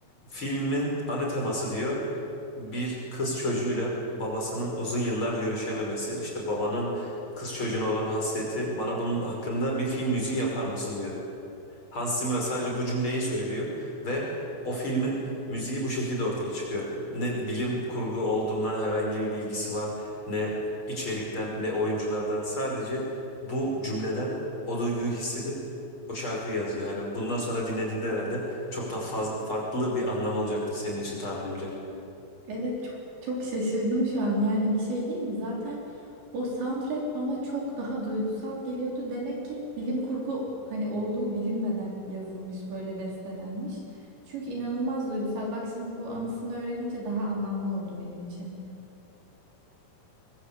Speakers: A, on the left; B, on the right.
A: Filmin ana teması diyor bir kız çocuğuyla babasının uzun yıllar görüşememesi. işte babanın kız çocuğuna olan hasreti. Bana bunun hakkında bir film müziği yapar mısın diyor. Hans Zimmer sadece bu cümleyi söylüyor ve o filmin müziği bu şekilde ortaya çıkıyor. Ne bilim kurgu olduğundan herhangi bir bilgisi var, ne içerikten, ne oyunculardan. Sadece bu cümleden o duyguyu hissedip o şarkıyı yazıyor. Yani bundan sonra dinlediğinde herhalde çok daha faz- farklı bir anlam olacaktır senin için tahminimce.
B: Evet çok çok şaşırdım şu an. Yani bir şey değil mi? Zaten o soundtrack bana çok daha duygusal geliyordu. Demek ki bilim kurgu hani olduğu bilinmeden yazılmış böyle bestelenmiş. Çünkü inanılmaz duygusal. Bak şimdi bu anısını öğrenince daha anlamlı oldu benim için.